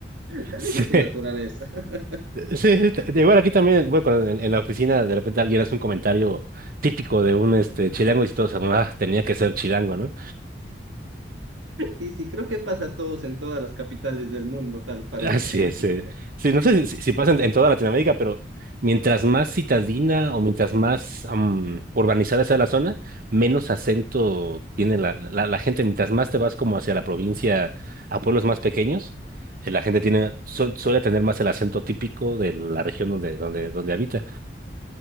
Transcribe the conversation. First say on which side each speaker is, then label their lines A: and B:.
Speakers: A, on the right (about 90°); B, on the right (about 50°).
A: tal
B: Sí,
A: vez es su naturaleza. <laughs>
B: sí, sí, t- igual aquí también, bueno, cuando en, en la oficina de repente alguien hace un comentario típico de un este chilango y todos, ah, tenía que ser chilango, ¿no?
A: Y sí, creo que pasa a todos en todas las capitales del mundo, tal parece.
B: <laughs> Así es.
A: <laughs>
B: eh. Sí, no sé si, si si pasa en, en toda Latinoamérica, pero mientras más citadina o mientras más am, urbanizada sea la zona, menos acento tiene la, la, la gente. Mientras más te vas como hacia la provincia, a pueblos más pequeños, eh, la gente tiene, su- suele tener más el acento típico de la región donde, donde, donde habita.